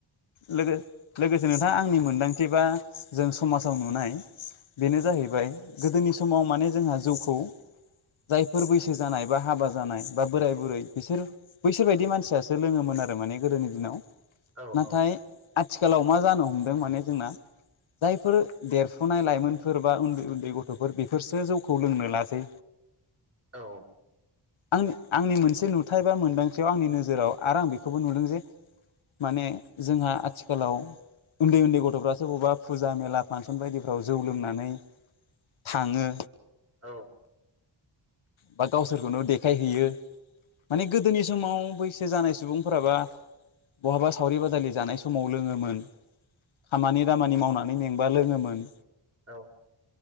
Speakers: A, on the left (about 75°); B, on the right (about 30°).
A: लोगो-लोगोसे नोंथाङा आंनि मोन्दांथि बा जों समाजाव नुनाय बेनो जाहैबाय गोदोनि समाव माने जोंहा जौखौ जायफोर बैसो जानाय बा हाबा जानाय बा बोराय बुरै बिसोर बैसोर बायदि मानसियासो लोङोमोन आरो माने गोदोनि दिनाव
B: औ
A: नाथाय
B: औ
A: आथिखालाव मा जानो हमदों माने जोंना जायफोर देरफुनाय लाइमोनफोर बा उन्दै उन्दै गथ'फोर बेफोरसो जौखौ लोंनो लासै
B: औ
A: आं आंनि मोनसे नुथाय बा मोनदांथियाव आंनि नोजो जोराव आरो आं बेखौबो नुदों जे माने जोंहा आथिखालाव उन्दै उन्दै गथ'फ्र सोरो बबेबा फुजा मेला फांसन बायदिफ्राव जौ लोंनानै थाङो
B: औ
A: बा गावसोरखौनो देखायहैयो माने गोदोनि समाव बैसो जानाय सुबुंफोरा बा बहाबा सावरि बादालि जानाय समाव लोङोमोन। खामानि दामानि मावनानै मेंबा लोङोमोन।
B: औ।